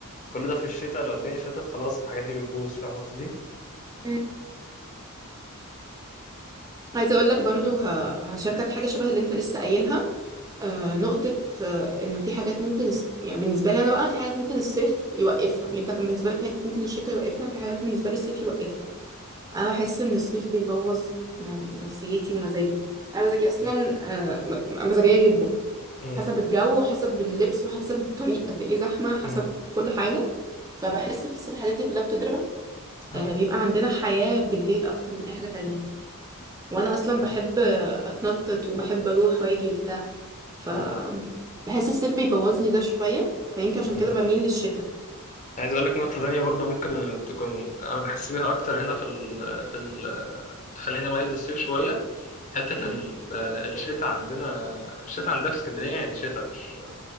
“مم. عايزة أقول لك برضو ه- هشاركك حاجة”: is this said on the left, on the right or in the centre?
Right